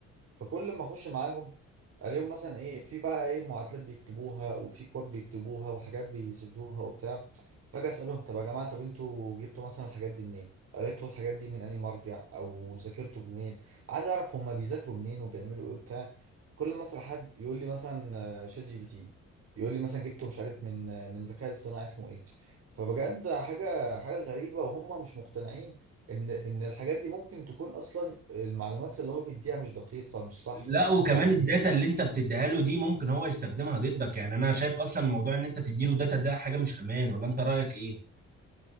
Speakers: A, on the right; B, on the right.
A: فكل ما اخش معاهم الاقيهم مثلا ايه في بقى ايه معادلات بيكتبوها وفي كواد بيكتبوها وحاجات بيثبتوها وبتاع فجأة اسالهم طب يا جماعه طب انتوا جبتوا مثلا الحاجات دي منين قريتوا الحاجات دي من انهي مرجع او ذاكرتوا منين عايز اعرف هما بيذاكروا منين وبيعملوا ايه وبتاع كل ما اسال حد يقول لي مثلا آه، شات جي بي تي يقول لي مثلا جبته مش عارف من آه، من ذكاء اصطناعي اسمه ايه فبجد حاجه حاجه غريبه وهم مش مقتنعين ان ان الحاجات دي ممكن تكون اصلا المعلومات اللي هو بيديها مش دقيقة مش صح
B: لا وكمان
A: يعني
B: الداتا اللي انت بتديها له دي ممكن هو يستخدمها ضدك يعني انا شايف اصلا موضوع ان انت تدي له داتا ده حاجة مش امان ولا انت رأيك ايه